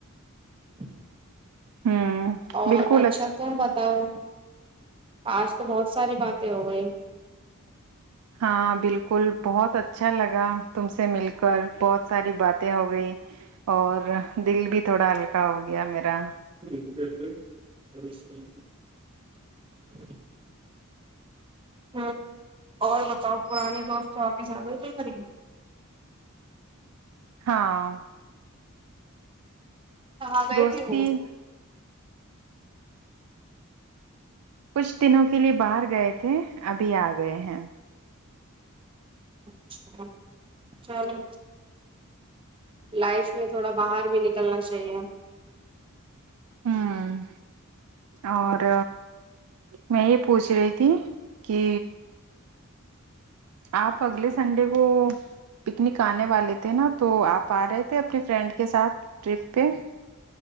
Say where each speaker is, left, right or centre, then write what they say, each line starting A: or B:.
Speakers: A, on the right; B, on the right.
A: <unintelligible>
B: ہوں
A: اور
B: بالکل
A: اچھا تم بتاؤ آج تو بہت ساری باتیں ہو گئی
B: ہاں بالکل بہت اچھا لگا تم سے مل کر بہت ساری باتیں ہو گئی اور دل بھی تھوڑا ہلکا ہو گیا میرا ا <unintelligible>
A: ک <unintelligible> ہ اور بتاؤ پرانانی دوست واپ ہیس آ گئے کیا خرید گی
B: ہاں
A: ہاں گئی
B: دوستی
A: تھی وہ
B: کچھ دنوں کے لیے باہر گئے تھے ابھی آ گئے ہیں
A: اچھا چلو لائف میں تھوڑا باہر بھی نکلنا چاہیے
B: ہوں اور میں یہ پوچھ رہی تھی کہ آپ اگلے سنڈے کو پکنک آنے والے تھے نا تو آپ آ رہے تھے اپنے فرینڈ کے ساتھ ٹرپ پہ